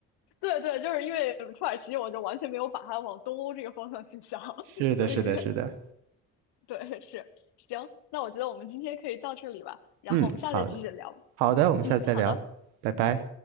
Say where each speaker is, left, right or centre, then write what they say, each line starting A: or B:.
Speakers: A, on the left; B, on the right.
A: 对对，就是因为土耳其，我就完全没有把它往东欧这个方向去想，
B: 是的，
A: <laughs> 所以
B: 是的，是的。
A: 对，是，行，那我觉得我们今天可以到这里吧，然后我们下次再继续聊。
B: 嗯，好的，好的，我们下次再聊，
A: 嗯，好的。
B: 拜拜。